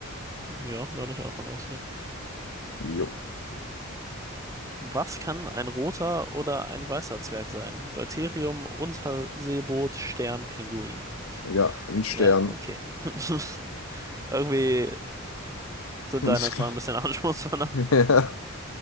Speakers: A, on the right (about 15°); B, on the left (about 85°).
A: ja, würde ich auch von ausgehen.
B: Jo.
A: Was kann ein roter oder ein weißer Zwerg sein? Deuterium, Unterseeboot, Stern, Pinguin.
B: Ja, ein Stern.
A: Ja, okay. <laughs> Irgendwie sind deine
B: Ich
A: Fragen
B: glaub-
A: ein bisschen <laughs> anspruchsvoller.
B: <laughs> Ja.